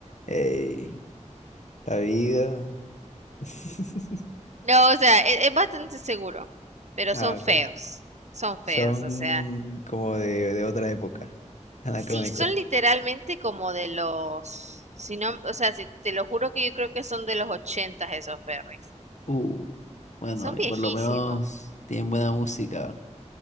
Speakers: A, on the left (about 70°); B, on the right (about 65°).
A: hey, la vida. <laughs>
B: No, o sea, e- es, bastante seguro, pero
A: Ah,
B: son
A: ok.
B: feos, son feos,
A: Son
B: o sea.
A: como de, de otra época, <laughs> anacrónicos.
B: Sí, son literalmente como de los, si no, o sea, si- te lo juro que yo creo que son de los ochentas esos ferries.
A: Uh, bueno,
B: Son
A: eh,
B: viejísimos.
A: por lo menos tienen buena música.